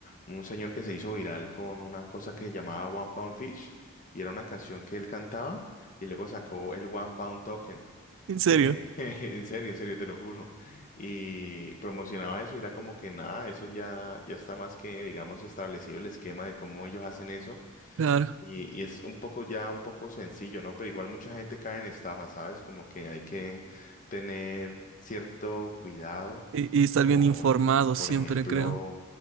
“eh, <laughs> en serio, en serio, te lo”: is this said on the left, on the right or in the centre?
Left